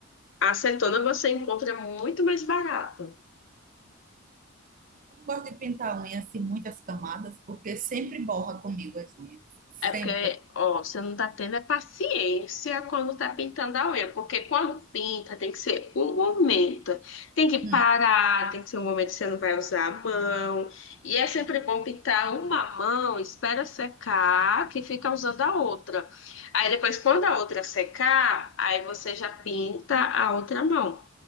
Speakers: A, on the left; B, on the right.
A: acetona você encontra muito mais barato.
B: Eu não gosto de pintar a unha assim, muitas camadas, porque sempre borra comigo as unhas. Sempre.
A: É porque, ó, você não tá tendo é paciência quando tá pintando a unha, porque quando pinta tem que ser um momento, tem que parar,
B: Hum,
A: tem que ser um momento que você não vai usar a mão, e é sempre bom pintar uma mão, espera secar, que fica usando a outra. Aí depois, quando a outra secar, aí você já pinta a outra mão